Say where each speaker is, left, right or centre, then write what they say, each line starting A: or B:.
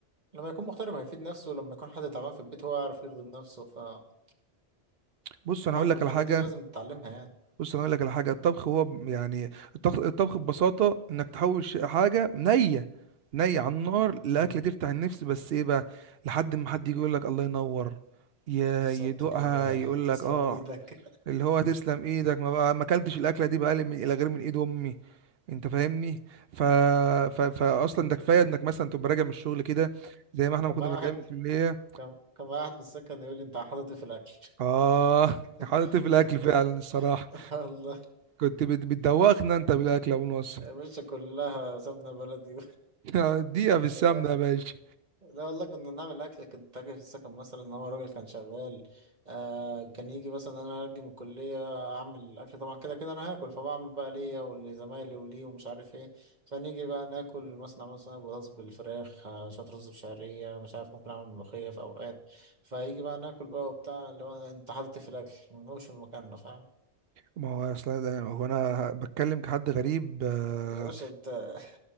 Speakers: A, on the right; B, on the right.
A: لما يكون مغترب هيفيد نفسه لما يكون حد تعبان في البيت هو يعرف يخدم نفسه فواحده
B: بص انا
A: من
B: اقول لك
A: الحاجات
B: على حاجه
A: دي لازم تتعلمها يعني
B: بص انا اقول لك على حاجه الطبخ هو ب- يعني الطبخ, الطبخ ببساطه انك تحول ش- حاجه نيه نيه على النار لاكله
A: مم.
B: تفتح النفس بس ايه بقى لحد ما حد يجي يقول لك الله ينور ي-
A: بالظبط
B: يدوقها
A: كده
B: يقول
A: <laughs> تسلم
B: لك اه
A: ايدك
B: اللي هو تسلم ايدك ما بقى ما اكلتش الاكله دي بقى من الى غير من ايد امي انت
A: مم.
B: فاهمني ف... ف... فاصلا
A: <laughs>
B: ده كفايه انك مثلا تبقى راجع من الشغل كده زي ما احنا ما
A: كان
B: كنا
A: معايا
B: راجعين
A: واحد
B: من الكليه
A: كان كان معايا واحد في السكن يقول لي انت حاطط إيه في الاكل
B: اه حاطط
A: <laughs>
B: في الاكل فعلا الصراحه
A: الله
B: كنت بت... بتدوخنا انت بالاكل يا ابو نصر
A: يا باشا كلها سمنه بلدي
B: <laughs> اديها في
A: <laughs>
B: السمنه يا باشا
A: لا والله كنا بنعمل اكل كنت اجي في السكن مثلا هو الراجل كان شغال آه كان يجي مثلا انا ارجع من الكليه اعمل اكل طبعا كده كده انا هاكل فبعمل بقى ليا ولزمايلي وليه ومش عارف ايه فنيجي بقى ناكل مثلا اعمل صينيه بطاطس بالفراخ آه شويه رز بشعريه مش عارف ممكن اعمل ملوخيه في اوقات فيجي بقى ناكل بقى وبتاع اللي هو انت حاطط إيه في الاكل ما نقومش من مكاننا فاهم
B: ما هو اصلا ده- هو انا بتكلم كحد غريب آه،
A: يا باشا انت <laughs>